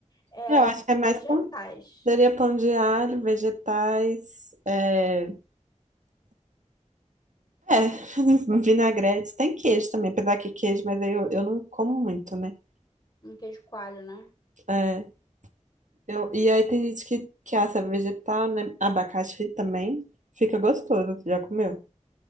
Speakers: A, on the left; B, on the right.
A: é
B: Eu acho
A: com
B: que é mais
A: vegetais.
B: pão. Seria pão de alho, vegetais, é, é, <laughs> vinagrete. Tem queijo também, apesar que queijo, mas aí eu, eu não como muito, né?
A: Um queijo coalho, né?
B: É, eu, e aí tem gente que, que assa vegetal, né? Abacaxi também. Fica gostoso, você já comeu?